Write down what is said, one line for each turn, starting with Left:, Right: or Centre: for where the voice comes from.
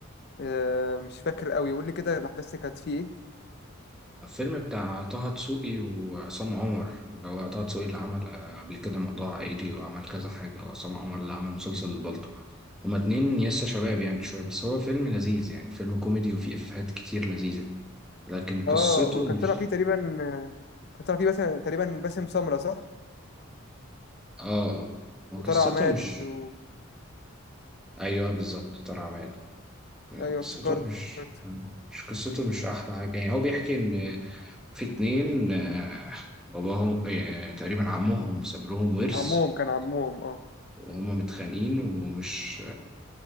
Left: أه مش فاكر قوي قول لي كده الاحداث اللي كانت فيه ايه
Centre: الفيلم بتاع طه دسوقي وعصام عمر اللي هو طه دسوقي اللي عمل آه، قبل كده موضوع عائلي وعمل كذا حاجة وعصام عمر اللي عمل مسلسل البلطو هما اتنين يسا شباب يعني شوية بس هو فيلم لذيذ يعني فيلم كوميدي وفيه إفيهات كتير لذيذة لكن قصته
Left: اه وكان
Centre: مش
Left: طلع فيه تقريبا آه، كان طلع فيه باسم تقريبا باسم سمرة صح
Centre: اه آه. هو
Left: وطلع
Centre: قصته
Left: عماد
Centre: مش
Left: و...
Centre: ايوه بالظبط طارق عماد
Left: ايوه
Centre: قصته
Left: افتكرته
Centre: مش
Left: افتكرته
Centre: مش قصته مش احلى حاجه يعني هو بيحكي ان في اتنين آه، باباهم آه، تقريبا عمهم ساب لهم ورث
Left: كان عمهم كان عمهم اه
Centre: وهما متخانقين ومش